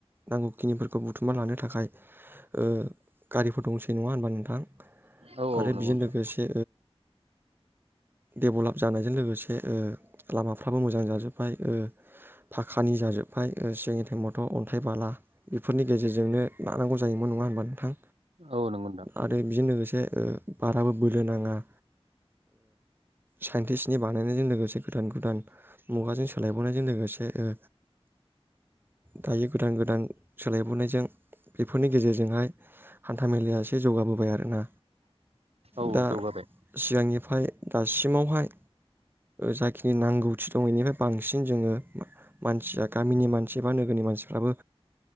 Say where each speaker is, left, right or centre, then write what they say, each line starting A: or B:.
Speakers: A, on the right; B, on the right.
A: नांगौखिनिफोरखौ बुथुमना लानो थाखाय। ओ गारिफोर दंसै नङा होनबा नोंथां
B: औ
A: आरो
B: औ नंगौ
A: बेजों
B: नोंथां
A: लोगोसे देभेलब जानायजों लोगोसे। लामाफ्राबो मोजां जाजोबबाय ओ फाखानि जाजोबबाय ओ सिगानि टाइमथ' अन्थाइ बाला बेफोरनि गेजेरजोंनो। लानांगौ जायोमोन नङा होनोमब्लानो। थां
B: औ नंगौ नोंथां
A: आरो बेजों लोगोसे। ओ बाराबो बोलो नाङाओ साइन्टिस्टनि बानायनायजों लोगोसे। गोदान गोदान मुगाजों सोलायबोनायजों लोगोसे ओ दायो गोदान गोदान सोलाय बोनायजों बेफोरनि गेजेरजोंहाय हान्थ -मेलाया एसे जौगाबोबाय आरोना
B: औ
A: दा
B: जौगाबाय
A: सिगांनिफ्राय दासिमावहाय जाय। जिखिनि नांगौथि दं बेनिफ्राय बांसिन जोङो मानसिया गामिनि मानसि बा नोगोरनि मानसिफ्राबो